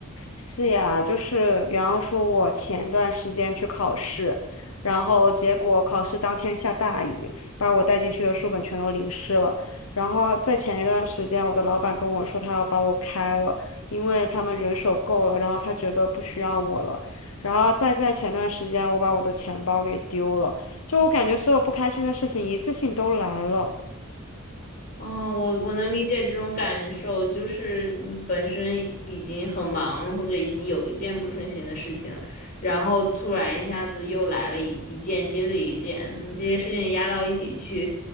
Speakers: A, on the left; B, on the left.
A: 是呀，就是比方说，我前段时间去考试，然后结果考试当天下大雨，把我带进去的书本全都淋湿了。然后在前一段时间，我的老板跟我说他要把我开了，因为他们人手够了，然后他觉得不需要我了。然后再在前段时间，我把我的钱包给丢了，就我感觉所有不开心的事情一次性都来了。
B: 哦，我我能理解这种感受，就是你本身已经很忙了或者已经有一件不顺心的事情了，然后突然一下子又来了一一件接着一件，这些事情压到一起去，